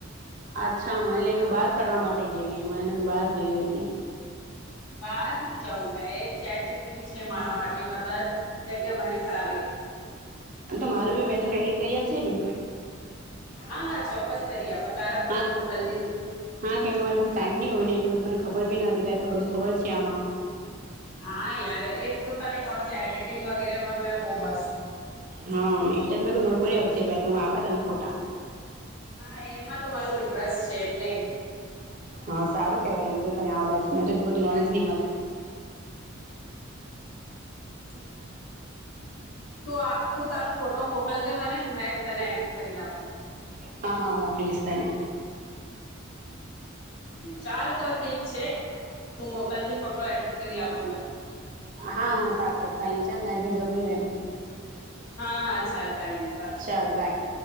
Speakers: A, on the right; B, on the left.
A: અચ્છા મને લ બહાર ફરવા માટે ગયલી મને બહાર ગયલી હતી
B: બાર ની જવં મેં ચેટ જીપી છે મારા માટે બધા જગ્યા મને ફરાવી દે
A: તો મારું બી બેટન એડિટ કરી આપશે ને
B: હા હા ચોક્કસ કરી આપ તારા ફોટો
A: હા
B: મોકલજે તું
A: હા કેમ કે મારી પાસે ટાઈમ નહી હોય ને એટલે બધું મને ખબર બી નથી ત્યારે તો બધું ખબર છે આમાં
B: હા યાર એક તો તને ખબર છે એડિટ વા ગેરે બ મસ્ત છ
A: હા એટલે જ મેં કો કરી આપજ બે ત્રણ આપા તને ફોટા
B: હા એમાં તો મારું ઇન્ટરેસ્ટ છે એટલે
A: હા સારું કેવાય એમ તો તને આવડે જ મને તો એટલું બધું નોલેજ નહી મળે
B: હ તું તું તારો ફોટો મોકલજે મને મે તને એડિટ કરી નાખું
A: હા હા મોકલીશ તને
B: ચાલ તો ઠીક છે તું મોકલજે ફોટો એડિટ કરી આપું મે
A: હા હા સારું કઈ છેને બીજ બી
B: હમ હા હા ચાલ કાંઈ નહીં બાય
A: ચાલ બાય